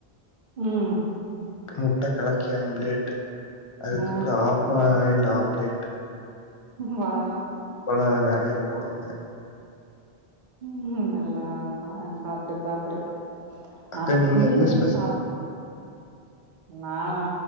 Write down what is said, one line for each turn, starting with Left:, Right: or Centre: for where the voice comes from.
Right: உம்
Left: முட்ட கலக்கி ஆம்லேட் அதுக்கப்புறம்
Right: ஆ
Left: ஆஃப்பாயி ஆம்லேட்
Right: வேற
Left: இப்பல நெறைய போடுவங்க
Right: உம் நல்லா சா சாப்டு சாப்டு
Left: அக்கா
Right: அப்
Left: நீங்க
Right: நீ
Left: எதுல
Right: மட்டு
Left: ஸ்பெஷல்
Right: சாப்ட் நானா